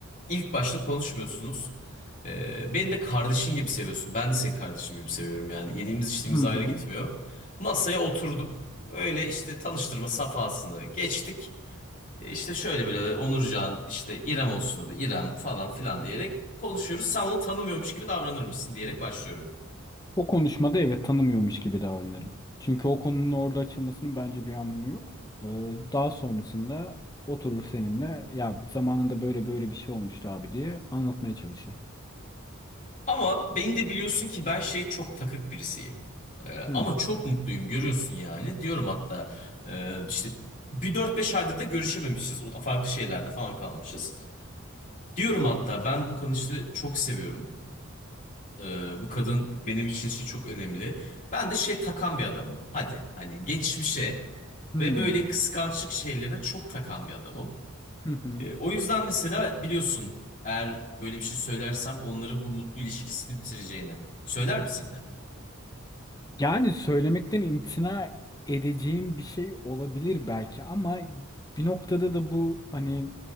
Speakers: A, on the left; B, on the left.
A: ilk başta konuşmuyorsunuz. Ee, Beni de kardeşin gibi seviyorsun. Ben de seni kardeşim gibi seviyorum yani. Yediğimiz içtiğimiz
B: Hı hı.
A: ayrı gitmiyor. Masaya oturduk. Öyle işte tanıştırma safhasını geçtik. Ee, İşte şöyle böyle Onurcan, işte İrem olsun adı İrem falan filan diyerek konuşuyoruz. Sen onu tanımıyormuş gibi davranır mısın diyerek başlıyorum.
B: O konuşmada evet tanımıyormuş gibi davranırım. Çünkü o konunun orada açılmasının bence bir anlamı yok. Ee, daha sonrasında oturur seninle ya zamanında böyle böyle bir şey olmuştu abi diye anlatmaya çalışırım.
A: Ama beni de biliyorsun ki ben şey çok takık birisiyim. Ee, ama
B: Hı hı.
A: çok mutluyum görüyorsun yani. Diyorum hatta e, işte bir dört beş aydır da görüşememişiz. O- Farklı şeylerde falan kalmışız. Diyorum hatta ben bu kadını çok seviyorum. Ee, bu kadın benim için işte çok önemli. Ben de şey takan bir adamım. Hadi hani geçmişe
B: Hı
A: ve
B: hı.
A: böyle kıskançlık şeylerine çok takan bir adamım.
B: Hı hı.
A: E, o yüzden mesela biliyorsun eğer böyle bir şey söylersem onların bu mutlu ilişkisini bitireceğini. Söyler misin yine?
B: Yani söylemekten imtina edeceğim bir şey olabilir belki ama bir noktada da bu hani